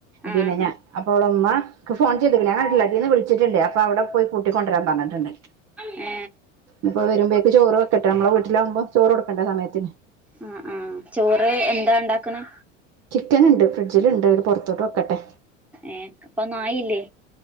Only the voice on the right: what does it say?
പിന്നെ ഞാൻ അപ്പോൾ അവളഉമ്മ ഫോൺ ചെയ്തക്കണ് ഞൻ അട്ടല്ലക്കീന്ന് വിളിച്ചിട്ടുണ്ട് അപ്പൊ അവിടെ പോയി കൂട്ടി കൊണ്ടുവരാൻ പറഞ്ഞിട്ടുണ്ട്
അപ്പൊ വരുമ്പോഴേക്ക് ചോറ് വെക്കട്ടെ നമ്മള വീട്ടിലാവുമ്പോ ചോറ് കൊടുക്കണ്ട സമയത്തിന്
ചിക്കൻ ഉണ്ട് ഫ്രിഡ്ജിലുണ്ട് പുറത്തോട്ട് വേക്കട്ടെ